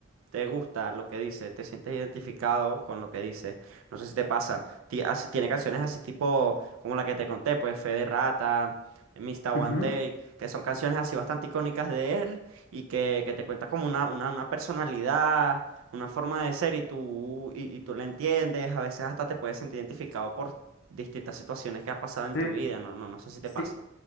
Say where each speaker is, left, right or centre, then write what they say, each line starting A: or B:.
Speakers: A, on the right; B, on the left.
A: te gusta lo que dice, te sientes identificado con lo que dice. No sé si te pasa. Ti- así- tiene canciones así tipo como la que te conté, pues Fe de Rata, Mr. One
B: Ujú,
A: Take, que son canciones así bastante icónicas de él y que, que te cuenta como una, una, una personalidad, una forma de ser y tú, y, y tú la entiendes. A veces hasta te puedes sentir identificado por distintas situaciones que has pasado en
B: Sí.
A: tu vida. No, no, no sé si te
B: Sí,
A: pasa.